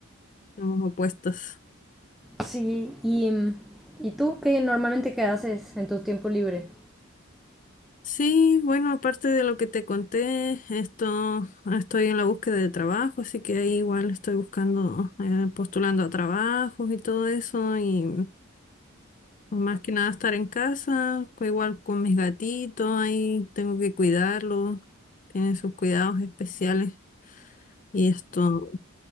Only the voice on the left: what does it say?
Estamos opuestas.
Sí, bueno, aparte de lo que te conté, esto estoy en la búsqueda de trabajo, así que ahí igual estoy buscando, eh, postulando a trabajos y todo eso, y Más que nada estar en casa, co- igual con mis gatitos, ahí tengo que cuidarlos, tienen sus cuidados especiales y esto.